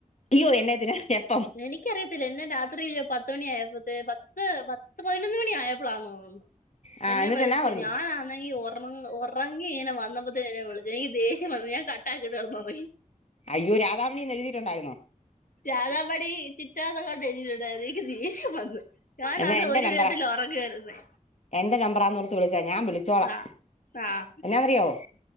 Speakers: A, on the left; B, on the left.
A: അയ്യോ എന്നെതിന് എപ്പം
B: എനിക്കറിയത്തില്ല എന്നെ രാത്രില്ലോ പത്ത് മണി ആയപ്പോഴത്തെ പത്ത് പത്ത് പതിനൊന്ന് മണി ആയപ്പോളാന്നോ?
A: ആ
B: എന്നെ
A: എന്നിട്ട്
B: വിളിച്ചു
A: എന്നാ പറഞ്ഞു
B: ഞാനാണെങ്കി ഉറങ്ങി ഇങ്ങനെ വന്നപ്പോ വിളിച്ചു എനിക്ക് ദേഷ്യം വന്നു ഞാൻ കട്ടാക്കിട്ട് കെടന്ന് ഉറങ്ങി
A: അയ്യോ രാധാമണിയന്ന് എഴുതിട്ടുണ്ടായിരുന്നോ
B: രാധാമണി ചിറ്റ നങ്ങാണ്ടോ എഴുതിയിട്ടുണ്ടായിരുന്നു എനിക്ക് ദേഷ്യം വന്നു ഞാനാണേ
A: എന്നാ എന്റെ
B: ഒരു
A: നമ്പറാ
B: വിധത്തില് ഉറങ്ങാരുന്നേ
A: എന്റെ നമ്പറാന്നോർത്ത് വിളിച്ചാ ഞാൻ വിളിച്ചോളാം
B: ആഹ് ആഹ്
A: എന്നാന്നറിയോ